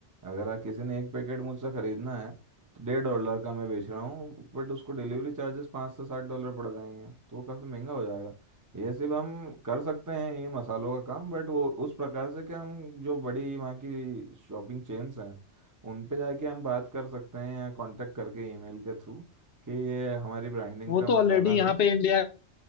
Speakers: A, on the right (about 15°); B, on the left (about 55°).
A: अगर आ, किसी ने एक पैकेट मुझसे खरीदना है तो डेढ़ डॉलर का मैं बेच रहा हूँ बट उसको डिलीवरी चार्जेस पाँच से सात डॉलर पड़ जाएंगे तो वो काफ़ी महंगा हो जाएगा ये सिर्फ हम कर सकते हैं ये मसालों का काम बट वो उस प्रकार से कि हम जो बड़ी वहाँ की शॉपिंग चेन्स हैं उन पे जाके हम बात कर सकते हैं या कांटेक्ट करके ईमेल के थ्रू कि ये हमारी ब्रांडिंग
B: वो
A: का मसाला
B: तो ऑलरेडी यहाँ
A: है
B: पे इंडिया